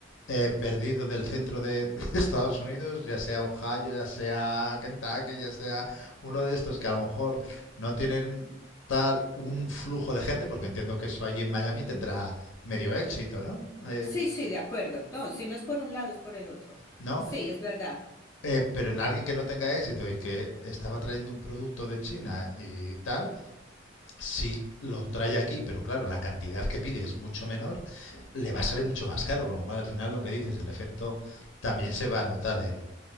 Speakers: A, on the left; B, on the left.
A: eh, perdido del centro de, de Estados Unidos, ya sea Ohio, ya sea Kentucky, ya sea uno de estos que a lo mejor no tienen tal un flujo de gente, porque entiendo que eso allí en Miami tendrá medio éxito, ¿no? Eh,
B: sí, sí, de acuerdo. No, si no es por un lado, es por el otro.
A: ¿no?
B: Sí, es verdad.
A: Eh, pero en alguien que no tenga éxito y que estaba trayendo un producto de China y tal, si lo trae aquí, pero claro, la cantidad que pide es mucho menor, le va a salir mucho más caro, con lo cual al final lo que dices, el efecto también se va a notar en